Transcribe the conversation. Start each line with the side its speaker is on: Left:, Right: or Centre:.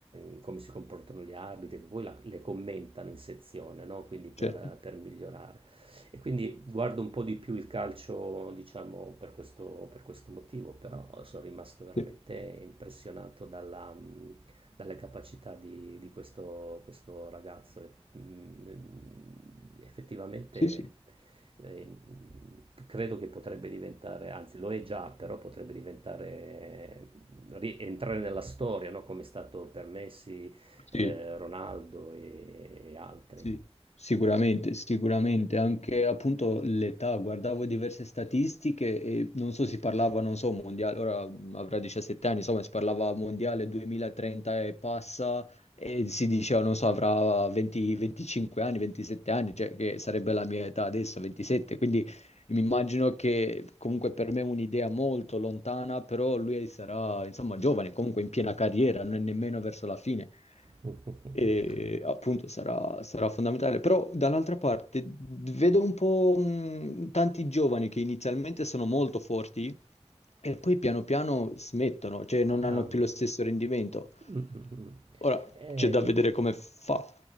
Right: eh, come si comportano gli arbitri, che poi la- le commentano in sezione, no? Quindi per,
Left: Certo.
Right: per migliorare. E quindi guardo un po' di più il calcio, diciamo, per questo, per questo motivo, però sono rimasto veramente
Left: sì.
Right: impressionato dalla, mh, dalle capacità di, di questo, questo ragazzo mh, effettivamente
Left: Sì, sì,
Right: eh, credo che potrebbe diventare, anzi lo è già, però potrebbe diventare, ri- entrare nella storia, no? Come è stato per Messi,
Left: sì,
Right: eh, Ronaldo e, e altri.
Left: sì, sicuramente, sicuramente, anche appunto l'età, guardavo diverse statistiche e non so, si parlava, non so, mondiale, ora mh, avrà 17 anni, insomma, si parlava mondiale 2030 e passa e si diceva, non so, avrà 20, 25 anni, 27 anni, cioè che sarebbe la mia età adesso, 27, quindi Mi immagino che comunque per me è un'idea molto lontana, però lui sarà, insomma, giovane, comunque in piena carriera, non è nemmeno verso la fine.
Right: <laughs>
Left: E appunto sarà, sarà fondamentale. Però dall'altra parte vedo un po' mh, tanti giovani che inizialmente sono molto forti e poi piano piano smettono, cioè non
Right: Ah,
Left: hanno più
Right: mm,
Left: lo stesso rendimento.
Right: mm, mm. mm.
Left: Ora
Right: Eh,
Left: c'è da
Right: li-
Left: vedere come fa.